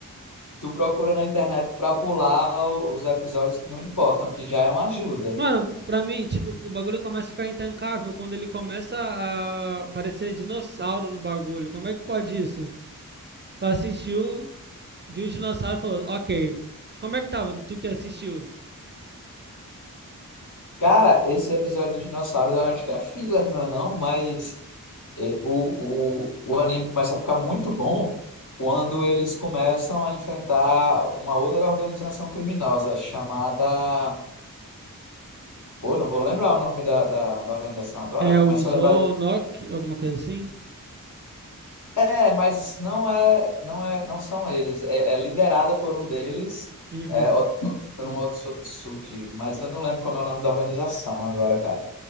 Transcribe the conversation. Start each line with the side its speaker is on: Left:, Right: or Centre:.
Left: Tu procura na internet pra pular o- os episódios que não importam, que já é uma ajuda.
Right: Mano, pra mim, tipo, o bagulho começa a ficar intancável quando ele começa a aparecer dinossauro no bagulho. Como é que pode isso? Tu assistiu, viu o dinossauro e falou, ok. Como é que tava? Tu que assistiu?
Left: Cara, esse episódio dos dinossauros eu acho que é filler, não é não? Mas eh, o, o, o anime começa a ficar muito bom quando eles começam a enfrentar uma outra organização criminosa chamada... Pô, não vou lembrar o nome da, da, da organização agora,
Right: É o
Left: mas se
Right: Zonoc,
Left: eu lembrar... depois.
Right: alguma coisa assim?
Left: É, mas não é, não é, não são eles. É, é liderada por um deles,
Right: Uhum,
Left: é, o- por um Otsutsuki, mas eu não lembro como é o nome da organização agora, cara.